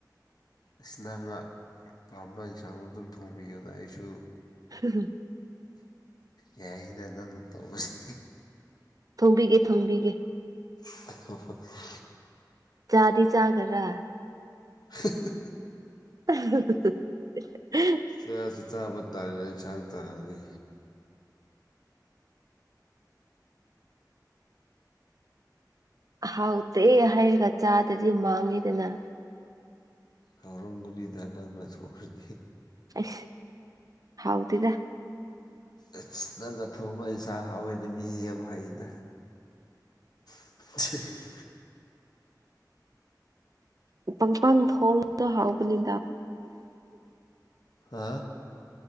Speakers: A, on the left (about 65°); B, on the right (about 55°).
A: ꯏꯁ ꯅꯪꯔꯥ ꯄꯥꯝꯕ ꯏꯟꯁꯥꯡꯗꯨ ꯑꯗꯨꯝ ꯊꯣꯡꯕꯤꯌꯨꯗ ꯑꯩꯁꯨ
B: ꯍꯨꯝ ꯍꯨꯝ
A: ꯌꯥꯏꯌꯦꯗ ꯅꯪꯅ ꯇꯧꯕꯁꯤ
B: ꯊꯣꯡꯕꯤꯒꯦ ꯊꯣꯡꯕꯤꯒꯦ
A: <unintelligible>
B: ꯆꯥꯗꯤ ꯆꯥꯒꯗ꯭ꯔ
A: ꯍ ꯍ
B: ꯑꯍ ꯍꯍ ꯍꯍ
A: ꯆꯥꯁꯨ ꯆꯥꯕ ꯇꯥꯔꯦ ꯑꯦꯟꯁꯥꯡ ꯊꯣꯉꯗꯤ
B: ꯍꯥꯎꯇꯦ ꯍꯥꯏꯔꯒ ꯆꯥꯗ꯭ꯔꯗꯤ ꯃꯥꯡꯉꯦꯗꯅ
A: ꯍꯥꯎꯔꯝꯒꯅꯤꯗ ꯅꯪꯅ ꯊꯣꯡꯈꯔꯗꯤ
B: ꯑꯁ ꯍꯥꯎꯇꯦꯗ
A: ꯑꯁ ꯅꯪꯅ ꯊꯣꯡꯕ ꯑꯦꯟꯁꯥꯡ ꯍꯥꯎꯋꯦꯅ ꯃꯤ ꯌꯥꯝ ꯍꯥꯏꯌꯦꯗ <inaudible>
B: ꯄꯪꯄꯥꯟ ꯊꯣꯡꯗ ꯍꯥꯎꯕꯅꯤ
A: ꯍꯥ